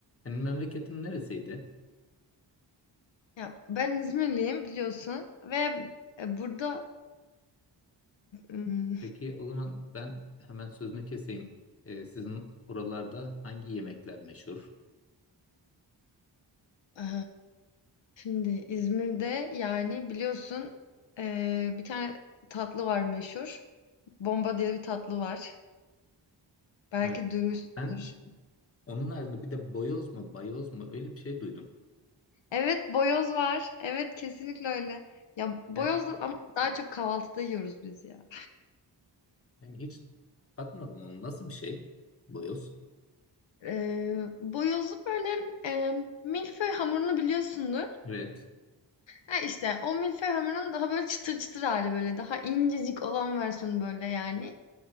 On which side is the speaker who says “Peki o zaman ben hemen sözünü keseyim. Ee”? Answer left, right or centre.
Left